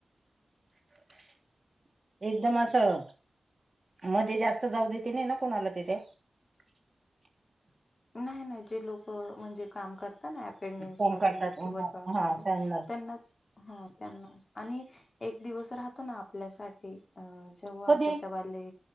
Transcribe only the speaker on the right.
<unintelligible> एकदम असं मध्ये जास्त जाऊ देते नाही ना कोणाला तिथे <unintelligible>
काम
करतात
हा सांगणार
कधी